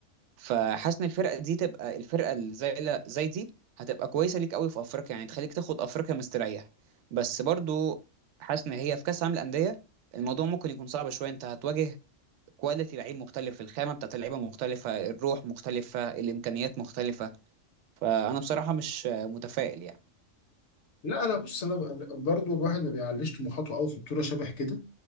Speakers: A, on the right; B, on the left.
A: فحاسس ان الفرقه دي تبقى الفرقه اللي زي لا- زي دي هتبقى كويسه ليك قوي في افريقيا يعني تخليك تاخد افريقيا مستريح بس برضو حاسس ان هي في كاس عالم الانديه الموضوع ممكن يكون صعب شويه انت هتواجه كواليتي لعيب مختلف الخامه بتاعت اللعيبه مختلفه الروح مختلفه الامكانيات مختلفه فانا بصراحه مش متفائل يعني
B: لا انا بص انا ب- برضو الواحد ما بيعليش طموحاته قوي في بطوله شبه كده